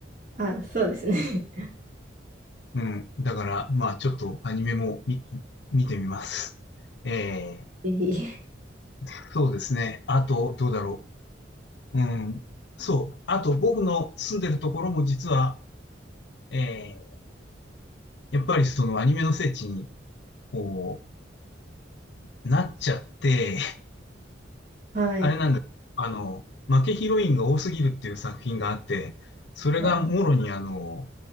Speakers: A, on the right; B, on the left.
A: あ、そうですね。<laughs>
B: <laughs> うん。だから、まあちょっとアニメも見、見てみます。え
A: ぜひ。
B: ー、そうですね。あと、どうだろう。うん。そう。あと、僕の住んでるところも実は、えー、やっぱりそのアニメの聖地に、こう、なっちゃって、
A: はい。
B: あれなんだ、あの、負けヒロインが多すぎるっていう作品があって、それがもろにあの、
A: は